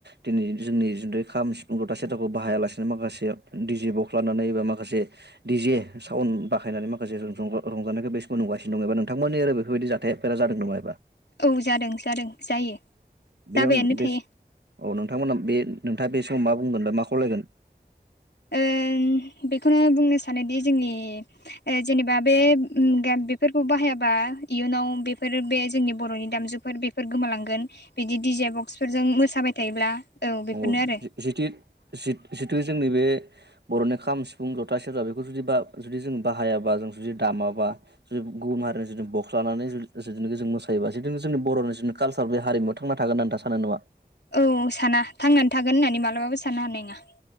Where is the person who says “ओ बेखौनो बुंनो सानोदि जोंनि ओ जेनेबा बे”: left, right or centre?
Left